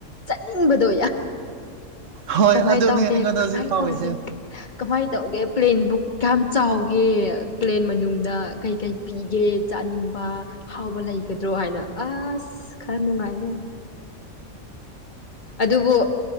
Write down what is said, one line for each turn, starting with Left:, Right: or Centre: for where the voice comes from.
Left: ꯆꯠꯅꯤꯡꯕꯗꯣ
Right: ꯍꯣꯏ
Left: ꯀꯃꯥꯏ
Right: ꯑꯗꯨꯅꯦ
Left: ꯇꯧꯒꯦ
Right: ꯑꯩꯉꯣꯟꯗ
Left: ꯀꯃꯥꯏ
Right: ꯍꯧꯖꯤꯛ ꯐꯥꯎꯔꯤꯁꯦ
Left: ꯇꯧꯒꯦ ꯀꯃꯥꯏꯅ ꯇꯧꯒꯦ ꯄ꯭ꯂꯦꯟꯕꯨ ꯀꯌꯥꯝ ꯆꯥꯎꯒꯦ ꯄ꯭ꯂꯦꯟ ꯃꯅꯨꯡꯗ ꯀꯩ ꯀꯩ ꯄꯤꯒꯦ ꯆꯥꯅꯤꯡꯕ ꯍꯥꯎꯕ ꯂꯩꯒꯗ꯭ꯔꯣ ꯍꯥꯏꯅ ꯑꯁ ꯈꯔꯅꯨꯡꯉꯥꯏꯒꯦ ꯑꯗꯨꯕꯨ